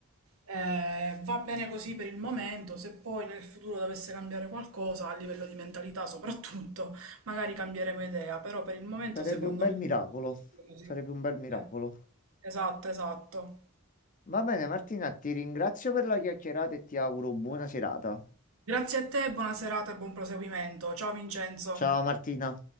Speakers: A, on the right; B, on the left.
A: Eh, va bene così per il momento, se poi nel futuro dovesse cambiare qualcosa a livello di mentalità soprattutto, <laughs> magari cambieremo idea, però per il momento
B: Sarebbe
A: secondo
B: un bel
A: me... è
B: miracolo.
A: Così.
B: Sarebbe un bel miracolo.
A: Eh, esatto, esatto.
B: Va bene, Martina, ti ringrazio per la chiacchierata e ti auguro buona serata.
A: Grazie a te, buona serata e buon proseguimento. Ciao Vincenzo.
B: Ciao Martina.